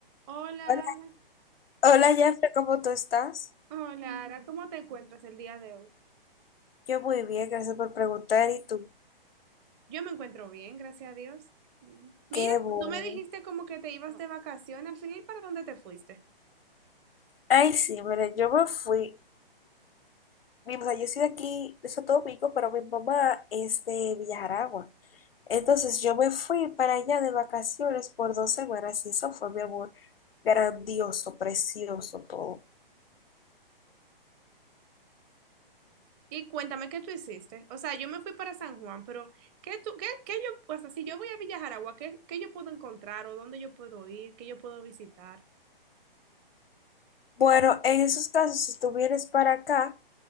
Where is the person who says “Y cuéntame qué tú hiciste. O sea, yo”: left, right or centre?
Right